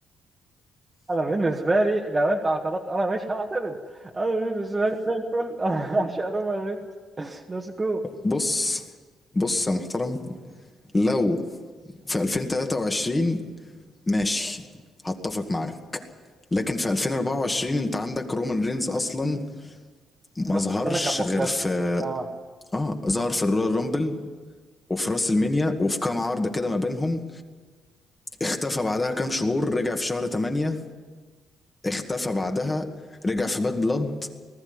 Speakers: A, on the right; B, on the left.
A: انا بالنسبه لي لو انت اعترضت انا مش هعترض انا بالنسبه لي زي الفل <laughs> انا بعشق رومان رينز ليتس جو
B: بص بص يا محترم لو في 2023 ماشي هتفق معاك لكن في 2024 انت عندك رومان رينز اصلا
A: نص
B: ما ظهرش
A: السنه كان مختفي
B: غير في
A: اه
B: اه ظهر في الرويال رامبل وفي راس المنيا وفي كام عرضة كده ما بينهم اختفى بعدها كام شهور رجع في شهر 8 اختفى بعدها رجع في باد بلاد